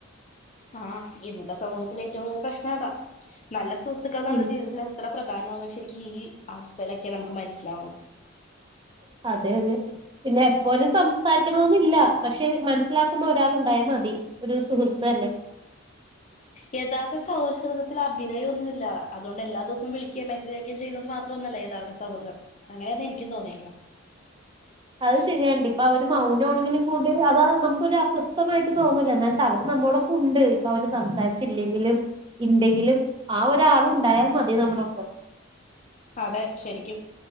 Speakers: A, on the left; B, on the right.
A: ആഹ് ഇന്നത്തെ സമൂഹത്തിൽ ഏറ്റവും വലിയ പ്രശ് ആതാ നല്ല സുഹത്തുക്കൾ നമ്മുടെ
B: ഉം
A: ജീവിത്തിൽ എത്ര പ്രധാനമാ ശരിക്കും ഈ അവസ്ഥയിലൊക്കെ നമുക്ക് മനസ്സിലാവുന്നത്
B: അതെ അതെ പിന്നെ എപ്പോലും സംസാരിക്കണമന്നില്ല പക്ഷെ മ മനസിലാക്കുന്ന ഒരാൾ ഉണ്ടായൽ മതി ഒരു സുഹൃത്ത് തന്നെ
A: യഥാർത്ഥ സൗഹൃദത്തിൽ അഭിനയം ഒന്നുമല്ല അതുകൊണ്ട് എല്ലാ ദിവസവും വിളിക്ക മെസ്സേജ് ആക്കുകയും ചെയ്യുന്നത് മാത്രം ഒന്നുമല്ല യഥാർത്ഥ സൗഹൃദം അങ്ങനെ തന്നെ എനിക്കും തോന്നിയേക്കണെ
B: അത് ശരിയണ്ട് ഇപ്പൊ അവര് മൗനമാ ആണെങ്കിലും കൂടി അതാ നമുക്കൊരു അസ്ഥ ശക്തമായിട്ട് തോന്നുന്നില്ല എന്നാ വച്ചാ അവര് നമ്മോടൊപ്പം ഉണ്ട് അപ്പ അവര് സംസാരിച്ചില്ലെങ്കിലും ഇണ്ടെങ്കിലും ആ ഒരാള് ഉണ്ടായാൽ മതി നമ്മളൊപ്പം
A: അതെ ശരിക്കും